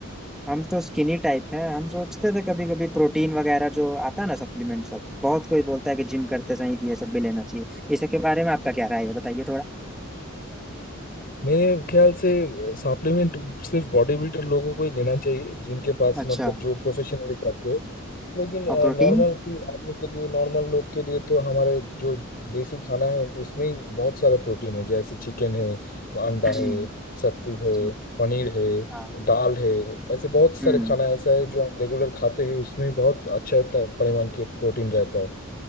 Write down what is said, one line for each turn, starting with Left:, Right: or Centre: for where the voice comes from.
Centre: हम तो स्किनी टाइप है हम सोचते थे कभी कभी प्रोटीन वगैरह जो आता है ना सप्लीमेंट सब बहुत कोई बोलता है कि जिम करते समय तो ये सब भी लेना चाहिए इसके बारे में आपका क्या राय है बताइए थोड़ा
Left: मेरे ख्याल से सप्लीमेंट सिर्फ बॉडी बिल्डर लोगों को ही लेना चाहिए जिनके पास
Centre: अच्छा
Left: मतलब जो प्रोफेशनली करते हैं लेकिन
Centre: और प्रोटीन
Left: नॉर्मल आदमी के लिए नॉर्मल लोग के लिए तो हमारे जो देसी खाना है उसमें ही बहुत सारा प्रोटीन है जैसे चिकन है अंडा
Centre: जी
Left: है सत्तू है
Centre: जी
Left: पनीर है
Centre: हाँ
Left: दाल है ऐसे बहुत सारे
Centre: हम्म
Left: खाना ऐसा है जो हम रेगुलर खाते हैं उसमें बहुत अच्छा त- परिमाण के प्रोटीन रहता है